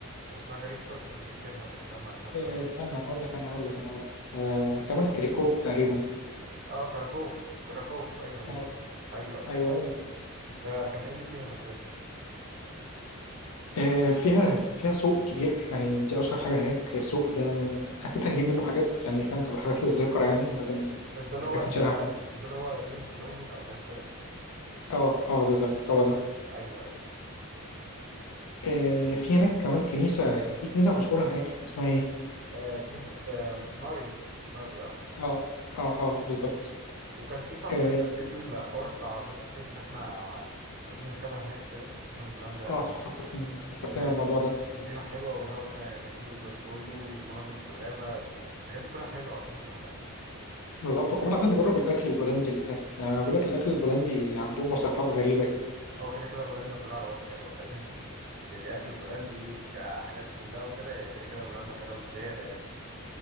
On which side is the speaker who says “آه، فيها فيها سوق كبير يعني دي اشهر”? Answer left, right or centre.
Left